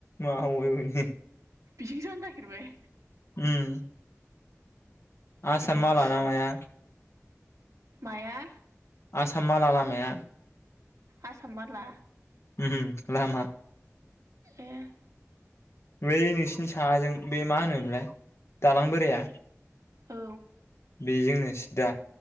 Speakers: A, on the left; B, on the right.
A: माहाय अबेनि।
B: बिथिं जानो नागेरबाय।
A: उम। आसाम
B: ए बिदि
A: मालाना माया।
B: माया?
A: आसाम माला लामाया।
B: आसाम माला?
A: उम लामा।
B: एह।
A: बै नोंसिनि साहाजों बे मा होनोमलाय दालां बोराया
B: औ।
A: बेजोंनो सिदा।